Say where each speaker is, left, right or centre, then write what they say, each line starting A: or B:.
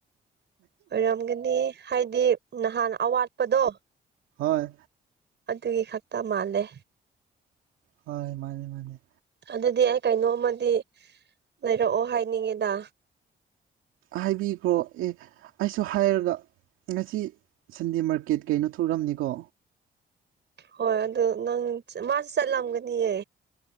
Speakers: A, on the right (about 60°); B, on the right (about 90°).
A: ꯑꯣꯏꯔꯝꯒꯅꯤ ꯍꯥꯏꯗꯤ ꯅꯍꯥꯟ ꯑꯋꯥꯠꯄꯗꯣ
B: ꯍꯣꯏ
A: ꯑꯗꯨꯒꯤ ꯈꯛꯇ ꯃꯥꯜꯂꯦ
B: ꯍꯣꯏ ꯃꯥꯅꯦ ꯃꯥꯅꯦ
A: ꯑꯗꯨꯗꯤ ꯑꯩ ꯀꯩꯅꯣꯝꯃꯥꯗꯤ ꯂꯩꯔꯛꯑꯣ ꯍꯥꯏꯅꯤꯡꯉꯦꯗ
B: ꯍꯥꯏꯕꯤꯈ꯭ꯔꯣ ꯑꯦ ꯑꯩꯁꯨ ꯍꯥꯏꯔꯒ ꯉꯁꯤ ꯁꯟꯗꯦ ꯃꯥꯔꯀꯦꯠ ꯀꯩꯅꯣ ꯊꯣꯔ꯭ꯛꯝꯅꯤꯀꯣ꯫
A: ꯍꯣꯏ ꯑꯗꯨ ꯅꯪ ꯃꯥꯁꯨ ꯆꯠꯂꯝꯒꯅꯤꯌꯦ꯫